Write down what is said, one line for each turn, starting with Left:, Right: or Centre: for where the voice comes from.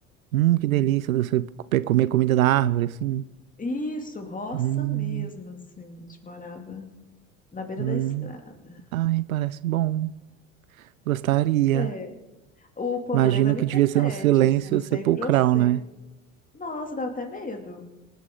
Right: Hum, que delícia você pe- comer comida da árvore, assim.
Left: Isso, roça
Right: Hum,
Left: mesmo, assim. A gente morava na beira
Right: hum.
Left: da estrada.
Right: Ai, parece bom. Gostaria.
Left: É. O problema
Right: Imagino
Left: era
Right: que
Left: a internet,
Right: devia ser um silêncio
Left: assim, não sei
Right: sepulcral,
Left: pra você.
Right: né?
Left: Nossa, dava até medo.